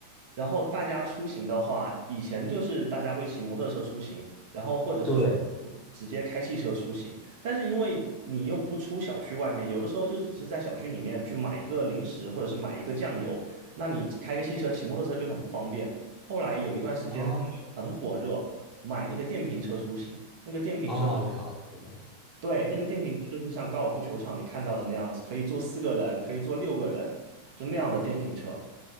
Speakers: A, on the right; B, in the centre.
A: 然后大家出行的话，以前就是大家会骑摩托车出行，然后或者是说
B: 对，
A: 直接开汽车出行。但是因为你又不出小区外面，有的时候就只是在小区里面去买一个零食或者是买一个酱油，那你开个汽车、骑摩托车就很不方便。后来有一段时间他们就很火热，
B: 哦
A: 买那个电瓶车出行，那个电瓶车。
B: 哦，了解了。
A: 对，那个电瓶车就是像高尔夫球场你看到的那样，可以坐四个人，可以坐六个人，就那样的电瓶车。